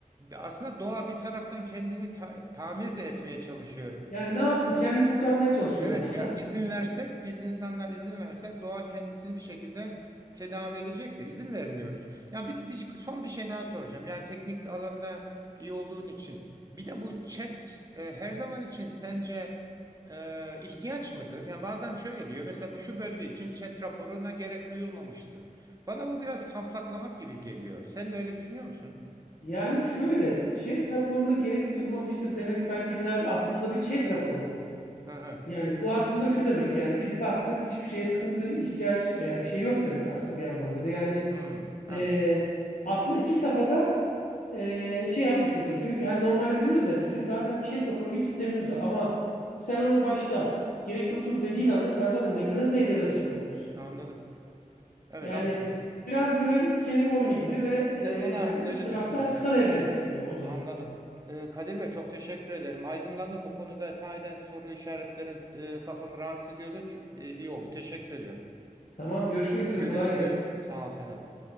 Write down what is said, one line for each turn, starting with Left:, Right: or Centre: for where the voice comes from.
Right: e, aslında doğa bir taraftan kendini ta- tamir de etmeye çalışıyor.
Left: yani ne yapsın kendini kurtarmaya çalışıyor
Right: Evet
Left: o da. <laughs>
Right: ya izin versek biz insanlar izin versek doğa kendisini bir şekilde tedavi edecek de izin vermiyoruz. Ya bir, bir- son bir şey daha soracağım. Yani teknik alanda iyi olduğun için bir de bu chat e, her zaman için sence e, ihtiyaç mıdır? Yani bazen şöyle diyor mesela bu şu bölge için chat raporuna gerek duyulmamıştır. Bana bu biraz safsaklamak gibi geliyor. Sen de öyle düşünüyor musun?
Left: Yani şöyle chat raporuna gerek duyulmamıştır demek sanki biraz aslında bir chat raporu bu.
Right: Aha.
Left: Yani bu aslında şu demek yani biz baktık hiçbir şeye sıkıntı, ihtiyaç veya bir şey yok demek aslında bir anlamda da. Yani
Right: Hmm, anladım.
Left: e, aslında iki safhada e, şey yapmış oluyor. Çünkü hani normalde diyoruz ya bizim zaten chat raporu gibi sistemimiz var ama sen onu başta gerek yoktur dediğin anda sen zaten mekanizmayı devre dışı bırakıyorsun.
Right: Anladım. Evet
Left: Yani
Right: anladım.
Left: biraz böyle kelime oyunu gibi ve
Right: Evet, ona
Left: e, hani
Right: öyle
Left: üst tarafta
Right: düşünmüş.
Left: kısa devre yapıyor olayı.
Right: Anladım. Ee, Kadir Bey çok teşekkür ederim. Aydınlandım bu konuda sahiden soru işaretlerim e, kafamı rahatsız ediyordu. Ç- e, iyi oldu. Teşekkür ediyorum.
Left: Tamam görüşmek
Right: Hadi
Left: üzere
Right: görüşürüz.
Left: kolay gelsin.
Right: Sağ ol sana da.